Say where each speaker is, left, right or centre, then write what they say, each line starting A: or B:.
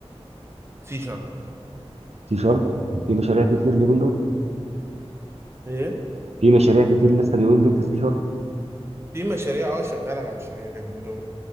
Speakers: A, on the right (about 25°); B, on the right (about 75°).
A: سي شارب
B: سي شارب وفي مشاريع كتير اليومين دول
A: ايه
B: في مشاريع كتير لسه اليومين دول في سي شارب
A: في مشاريع اه شغال على مشاريع اليومين دول